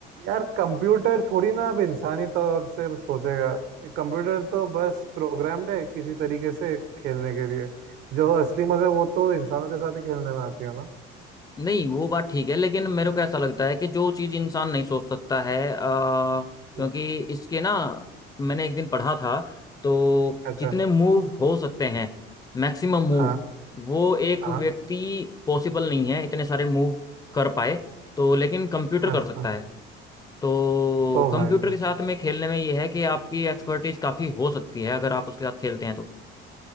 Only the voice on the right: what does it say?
यार कंप्यूटर थोड़ी ना अब इंसानी तौर से सोचेगा एक कंप्यूटर तो बस प्रोग्राम्ड है किसी तरीके से खेलने के लिए जो असली मजा वो तो इंसानों के साथ ही खेलने में आती है ना
जी।
अच्छा
हाँ
हाँ
अच्छा
ओ
भाई